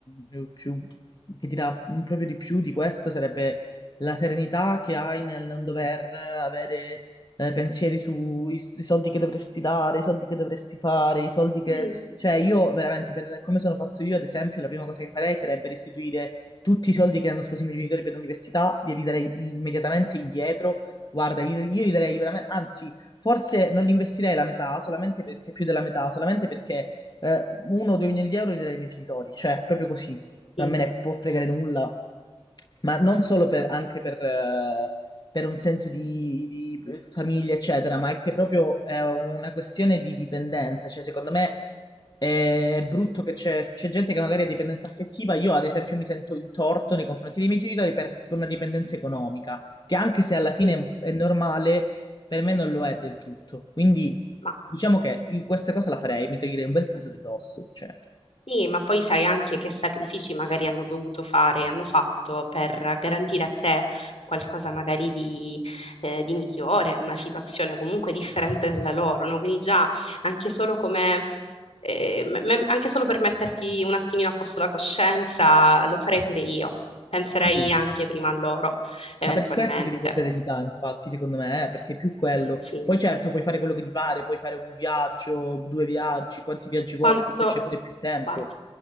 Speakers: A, on the left; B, on the left.
A: più- più- che ti dà proprio di più di questo sarebbe la serenità che hai nel non dover avere eh, pensieri sui i soldi che dovresti dare, i soldi che dovresti fare, i soldi che...
B: Sì,
A: Cioè io veramente, per come sono fatto io, ad esempio, la prima cosa che farei sarebbe restituire tutti i soldi che hanno speso i miei genitori per l'università, glieli darei immediatamente indietro. Guarda, io, io gli darei veramente... Anzi forse non li investirei la metà, solamente perché più della metà, solamente perché eh, uno o due milioni di euro li darei ai miei genitori, cioè proprio così, non
B: sì,
A: me ne può fregare nulla, ma non solo per, anche per, eh, per un senso di, di famiglia, eccetera, ma è che proprio è una questione di dipendenza, cioè secondo me è brutto che c'è, c'è gente che magari ha dipendenza affettiva. Io, ad esempio, mi sento in torto nei confronti dei miei genitori per, per una dipendenza economica, che anche se alla fine
B: sì.
A: è è normale, per me non lo è del tutto. Quindi
B: Ma
A: diciamo che io questa cosa la farei, mi toglierei un bel peso di dosso. Cioè,
B: Sì, ma poi sai anche che sacrifici magari hanno dovuto fare, hanno fatto per garantire a te qualcosa magari di, eh, di migliore, una situazione comunque differente dalla loro, no? Quindi già anche solo come, eh, me- me- anche solo per metterti un attimino a posto la coscienza, lo farei pure io. Penserei
A: sì,
B: anche prima a loro, eventualmente.
A: ma per questo ti dico serenità, infatti, secondo me, eh, perché è più quello.
B: Quindi Sì.
A: Poi certo, puoi fare quello che ti pare, puoi fare un viaggio, due viaggi, quanti viaggi
B: Quanto
A: vuoi, perché poi c'è pure più tempo.
B: Guarda,